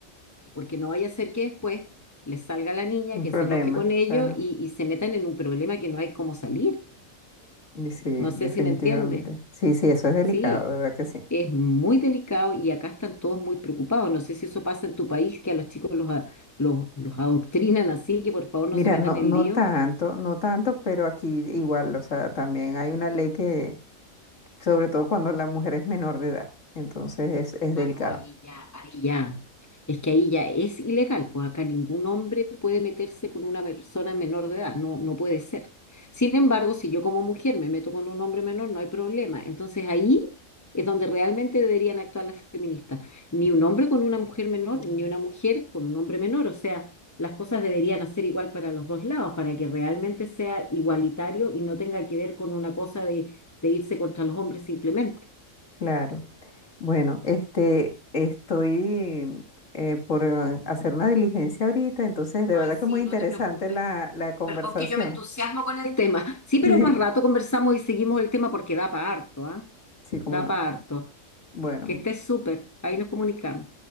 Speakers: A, on the left (about 15°); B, on the left (about 60°).
A: porque no vaya a ser que después les salga la niña,
B: un
A: que
B: problema,
A: se enoje con ellos
B: claro,
A: y, y se metan en un problema que no hay cómo salir.
B: y sí,
A: No sé
B: definitivamente,
A: si me entiendes.
B: sí, sí, eso es delicado,
A: Sí,
B: de verdad que sí.
A: es muy delicado y acá están todos muy preocupados. No sé si eso pasa en tu país, que a los chicos los, a- los, los adoctrinan así, que por favor no
B: Mira,
A: se metan
B: no,
A: en
B: no
A: lío.
B: tanto, no tanto, pero aquí igual, o sea, también hay una ley que sobre todo cuando la mujer es menor de edad. Entonces es, es delicado.
A: Ah, no, ahí ya, ahí ya. Es que ahí ya es ilegal, pues acá ningún hombre puede meterse con una persona menor de edad, no, no puede ser. Sin embargo, si yo como mujer me meto con un hombre menor, no hay problema. Entonces ahí es donde realmente deberían actuar las feministas. Ni un hombre con una mujer menor, ni una mujer con un hombre menor. O sea, las cosas deberían hacer igual para los dos lados, para que realmente sea igualitario y no tenga que ver con una cosa de, de irse contra los hombres simplemente.
B: Claro. Bueno, este, estoy eh, por eh, hacer una diligencia ahorita, entonces de
A: Ay,
B: verdad
A: sí,
B: que muy interesante
A: no te preocupes.
B: la, la conversación.
A: Perdón que yo me entusiasmo con el Tema. Sí, pero
B: Sí,
A: más rato conversamos y seguimos el tema porque da para harto, ¿ah?
B: sí, cómo
A: Da
B: no.
A: para harto.
B: Bueno,
A: Que estés súper. Ahí nos comunicamos.